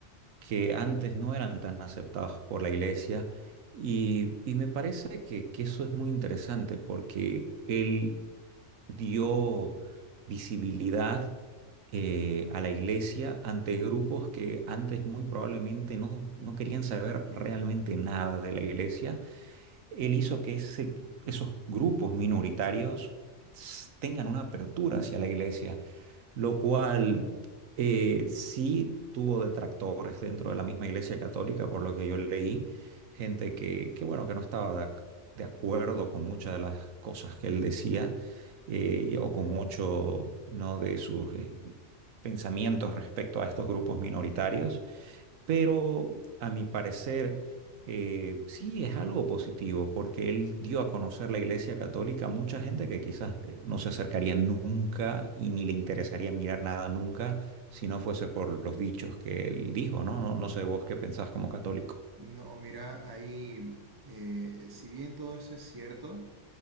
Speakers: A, on the right; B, on the right.
A: que antes no eran tan aceptados por la iglesia. Y, y me parece que, que eso es muy interesante porque él dio visibilidad eh, a la iglesia ante grupos que antes muy probablemente no, no querían saber realmente nada de la iglesia. Él hizo que ese- esos grupos minoritarios s- tengan una apertura hacia la iglesia lo cual eh, sí tuvo detractores dentro de la misma Iglesia Católica, por lo que yo leí, gente que, que bueno, que no estaba de, ac- de acuerdo con muchas de las cosas que él decía eh, o con mucho, ¿no? de sus eh, pensamientos respecto a estos grupos minoritarios. Pero a mi parecer, eh, sí es algo positivo, porque él dio a conocer la Iglesia Católica a mucha gente que quizás eh, no se acercaría nunca y ni le interesaría mirar nada nunca si no fuese por los dichos que él dijo, ¿no? No, no sé vos qué pensás como católico.
B: No, mira, ahí, eh, si bien todo eso es cierto,